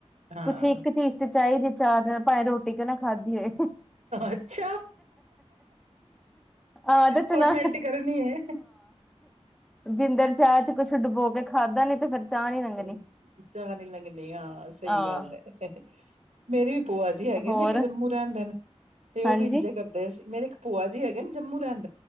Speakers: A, on the right (about 85°); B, in the centre.
A: ਹਾਂ
B: ਕੁਛ ਇੱਕ ਚੀਜ਼ ਤੇ ਚਾਹੀਦੀ। ਚਾਰ ਦਿਨ ਭਾਵੇਂ ਰੋਟੀ ਕਿਉਂ ਨਾ ਖਾਧੀ ਹੋਏ।
A: ਅੱਛਾ,
B: ਆਦਤ
A: ਫੋਰਮੈਲਿਟੀ
B: ਨਾ
A: ਕਰਨੀ ਹੈ।
B: ਜਿੱਦਣ ਚਾਹ ਚ ਕੁੱਛ ਡੁਬੋ ਕੇ ਖਾਧਾ ਨੀ ਤੇ ਫਿਰ ਚਾਹ ਨੀ ਲੰਘਣੀ।
A: ਉਹ ਚਾਅ ਨੀ ਲੰਘਣੀ ਹਾਂ, ਸਹੀ
B: ਆਹ
A: ਗੱਲ ਹੈ। ਮੇਰੀ ਭੂਆ ਜੀ ਹੈਗੇ
B: ਹੋਰ
A: ਨੇ ਕਿ ਜੰਮੂ ਰਹਿੰਦੇ ਨੇ ਤੇ ਉਹ
B: ਹਾਂਜੀ
A: ਵੀ ਇੰਜੇ ਕਰਦੇ ਸੀ ਮੇਰੇ ਭੂਆ ਜੀ ਹੈਗੇ ਨੇ ਜੰਮੂ ਰਹਿਣ